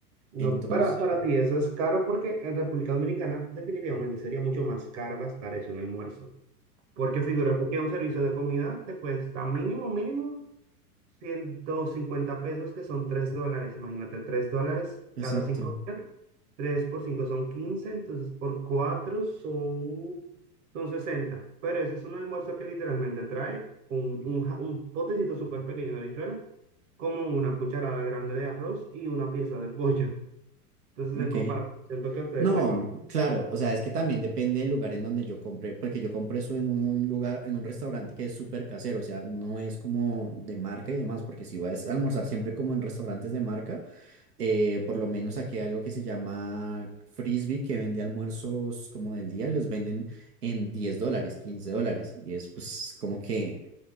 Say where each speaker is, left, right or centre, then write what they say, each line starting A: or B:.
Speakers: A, on the right; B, on the right.
A: No,
B: Entonces,
A: para, para ti eso es caro porque en República Dominicana definitivamente sería mucho más caro gastar eso en almuerzo. Porque figúrate que un servicio de comida te cuesta mínimo, mínimo 150 pesos, que son 3 dólares. Imagínate, 3 dólares
B: exacto.
A: cada 5 3 por 5 son quince entonces por 4 son, son sesenta Pero ese es un almuerzo que literalmente trae un, un, ja- un potecito súper pequeño de habichuela, como una cucharada grande de arroz y una pieza de pollo. Entonces,
B: Ok.
A: en comparación, siento que a ustedes
B: No,
A: le va.
B: claro, o sea, es que también depende del lugar en donde yo compré, porque yo compré eso en un lugar, en un restaurante que es súper casero, o sea, no es como de marca y demás, porque si vas a almorzar siempre como en restaurantes de marca, eh, por lo menos aquí hay algo que se llama Frisbee, que vende almuerzos como del día, y los venden en 10 dólares, 15 dólares, y es pues como que